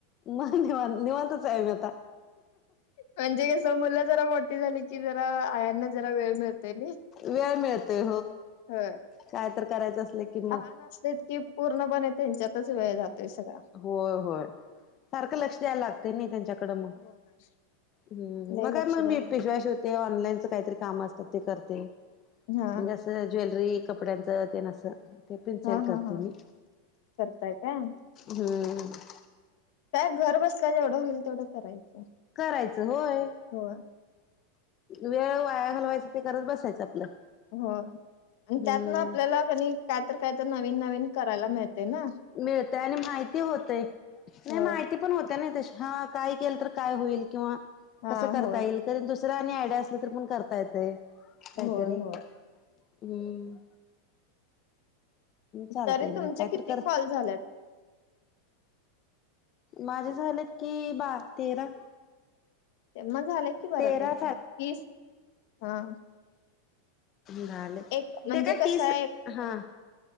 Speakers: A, on the left (about 35°); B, on the left (about 60°).
A: म निवां निवांतच आहे मी आता.
B: म्हणजे कसं मुलं जरा मोठी झाली की जरा आयानं जरा वेळ मिळते नई
A: वेळ मिळतोय
B: होय.
A: काय तर करायचं असलं की
B: लहान
A: मग
B: असतेत कि पूर्णपणे त्यांच्यातच वेळ जातोय सगळा.
A: होय होय सारखं लक्ष द्याय लाग ते नाही त्यांच्याकडे मग
B: होय.
A: हम्म
B: लय
A: मग काय
B: लक्ष
A: मग
B: द्यायला
A: मी पिशवा शिव ते ऑनलाईनचं काहीतरी काम असतात ते करते म्हणजे
B: हा
A: असं ज्वेलरी कपड्यांचं तेन असं ते पण सेल
B: हा
A: करते
B: हा हा
A: मी.
B: करताय का?
A: हम्म.
B: काय घर बसलाय जेवढं होईल तेवढं करायचं.
A: करायचं होय.
B: होय
A: वेळ वाया घालवायचं ते करत बसायचं आपलं.
B: हो आणि
A: हम्म
B: त्यातनं आपल्याला कणी कायतर कायतर नवीन-नवीन करायला मिळते ना.
A: मिळते आणि माहिती होते नाही
B: होय
A: माहिती पण होत्या ना तशी हा केल तर काय होईल किंवा
B: हा
A: कसं करता
B: होय
A: येईल तरीन दुसरा आणि आयडिया असला तरी पण करता येते काहीतरी.
B: होय होय.
A: हम्म चालतय
B: तरी
A: मग
B: तुमचे
A: कायतरी
B: किती
A: करत
B: कॉल झाल्यात
A: माझं झालेत की बार तेरा.
B: ते म झाले कि बरापैकी
A: तेरा
B: तीस हा.
A: घालेत
B: एक म्हणजे
A: ते काय
B: कसं
A: तीस
B: आहे
A: हा.